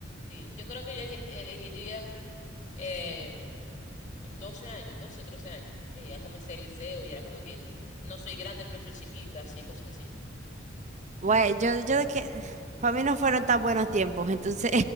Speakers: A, on the left (about 40°); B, on the right (about 35°).
A: Sí, yo creo que yo ele- elegiría eh, 12 años, 12 o 13 años, que ya comencé el liceo y era como que no soy grande, pero soy chiquita, así, cosas así.
B: Bueno, yo, yo de que para mí no fueron tan buenos tiempos, entonces